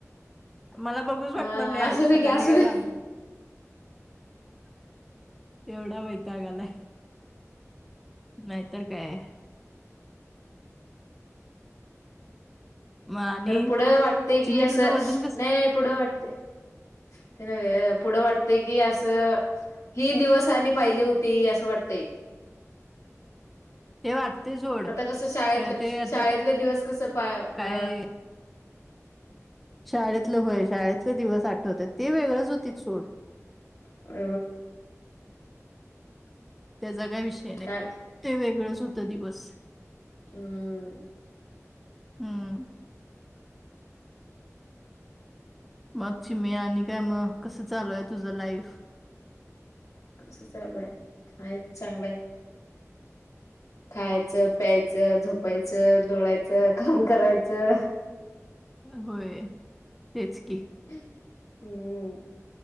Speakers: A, in the centre; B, on the left (about 70°).
A: मला बघूच
B: अ
A: वाटणार नाही आयुष्यात
B: असू दे की असू
A: आणि का
B: दे
A: जाण. एवढा वैतागालाय नाहीतर काय? मग आणि
B: खरं पुढं वाटते
A: चिमे
B: कि असं
A: तुझं वजन कस
B: नाही पुढं वाटते. ते न पुढं वाटते की असं. ही दिवसनी पाहिजे होती असं वाटते.
A: ते वाटते.
B: आता कसं शाळेतलं
A: खरं ते आता
B: शाळेतले दिवस कसं पा अ
A: काय शाळेतलं होय शाळेतले दिवस आठवत ते वेगळंच होती सोड.
B: अ.
A: त्याचा काय विषय नाही
B: काय
A: ते वेगळंच होतं दिवस
B: हम्म.
A: हम्म. मग चि मे आणि काय मग कसं चालूय तुझं लाईफ
B: कसं चालूय ह चांगलंय. खायचं प्यायचं झोपायचं लोळाायचं काम करायचं.
A: होय तेच की
B: हम्म.